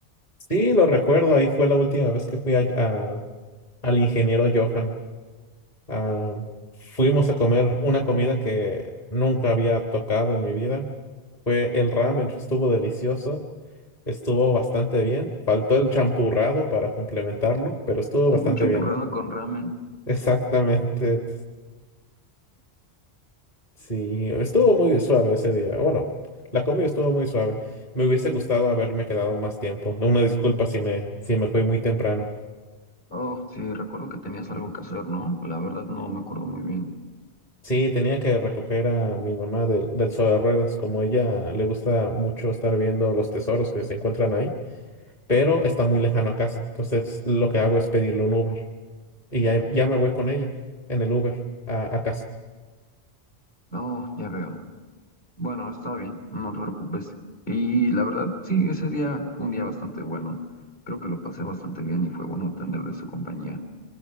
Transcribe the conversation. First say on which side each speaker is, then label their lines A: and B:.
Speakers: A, on the left; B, on the left.
A: Sí, lo recuerdo, ahí fue la última vez que fui a- a- al ingeniero Johan. Ah, fuimos a comer una comida que nunca había tocado en mi vida. Fue el ramen, estuvo delicioso, estuvo bastante bien. Faltó el champurrado para complementarlo, pero estuvo bastante
B: Un champurrado
A: bien.
B: con ramen.
A: Exactamente. Sí, estuvo muy suave ese día. Bueno, la comida estuvo muy suave. Me hubiese gustado haberme quedado más tiempo. Una disculpa si me, si me fui muy temprano.
B: Oh, sí, recuerdo que tenías algo que hacer, ¿no? La verdad no me acuerdo muy bien.
A: Sí, tenía que recoger a mi mamá del, del sobre de ruedas, como ella le gusta mucho estar viendo los tesoros que se encuentran ahí, pero está muy lejano a casa. Entonces, lo que hago es pedirle un Uber y ya, ya me voy con ella en el Uber a, a casa.
B: Oh, ya veo. Bueno, está bien, no te preocupes. Y la verdad, sí, ese día fue un día bastante bueno. Creo que lo pasé bastante bien y fue bueno tener de su compañía.